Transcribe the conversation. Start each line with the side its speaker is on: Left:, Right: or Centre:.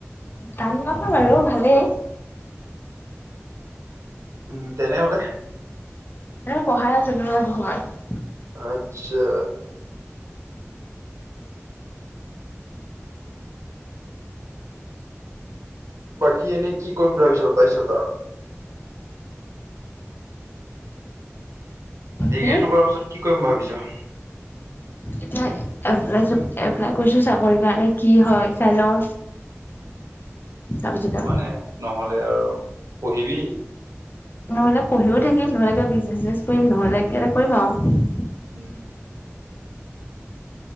Left: টান নহয় বাৰু ভালেই।
Right: উম তেনেহলে?
Left: এ পঢ়াই আছা <unintelligible>
Right: আচ্ছা। বাকী এনেই কি কৰিম বুলি ভাবিছো তাৰপিছত আৰু? ডিগ্ৰীটো
Left: কি
Right: কৰাৰ পিছত কি কৰিম ভাবিছ?
Left: এতিয়া এপ্লাই চেপ, এপ্লাই কৰিছো চাকৰি কাৰণে কি হয় চাই লও। তাৰপিছত
Right: মানে নহলে আৰু পঢ়িবি।
Left: নহলে পঢ়িও থাকিম, নহলে কিবা বিজনেচ চিজনেছ কৰিম, নহলে কিবা এটা কৰিম আৰু।
Right: উম।